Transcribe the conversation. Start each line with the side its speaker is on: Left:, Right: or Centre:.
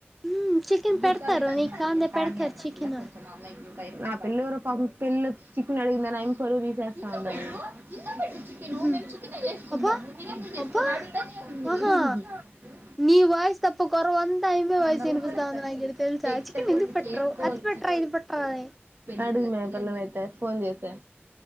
Centre: మ్మ్ చికెన్
Right: బుర్కా
Centre: పెడతారు
Right: వెస్కొని
Centre: నీకు
Right: వస్త
Centre: కాందే
Right: <unintelligible> కానీ
Centre: పెడతారు
Right: ఆ
Centre: చికెన్
Right: పిల్ల కొంచెం అమైకులు ఆ పిల్ల ఏవోరొ పాపం, పెళ్ల్లో చికెన్ నడిగినాను ఆయమ్మీ పరువు తీసేస్తాడారు. చూపిస్తా, చికెను
Centre: మ్మ్
Right: మేము చికెనేచేసుకుంటాము.
Centre: అబ్బా
Right: మీరూ ఎందుకు చేసుకొరా
Centre: అబ్బా
Right: అడుగుతానే ఉంది.
Centre: ఆహా
Right: <unintelligible>
Centre: నీ వాయిస్ తప్ప కొరవంతా ఈమె వాయిస్
Right: పులో
Centre: వినిపిస్తా ఉంది
Right: సర్చింగ్
Centre: నాకు ఈడ తెలుసా
Right: పెట్ట
Centre: చికెన్
Right: లో
Centre: ఎందుకు
Right: నుంచి
Centre: పెట్టరు
Right: ఎం కోరు?
Centre: అది పెట్టరా ఇది పెట్టరా అని
Right: అడిగు మే పిల్లనైతే ఫోన్ చేసి